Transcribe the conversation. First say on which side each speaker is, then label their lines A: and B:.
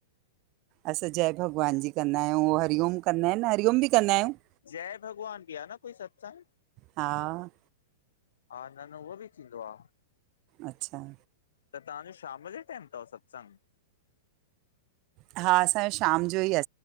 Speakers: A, on the right; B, on the left.
A: असां जय भॻवान जी कंदा आहयुं उह हरिओम कंदा आहिन हरिओम बी कंदा आह्युं
B: जय भॻवान बीं आ न कोई सत्संग
A: हा ह
B: हा न न उओ बी थींदो आ
A: अच्छां
B: त तवांजो शाम जे टाइम तव सत्संग
A: हा असांजो शाम जो इ आ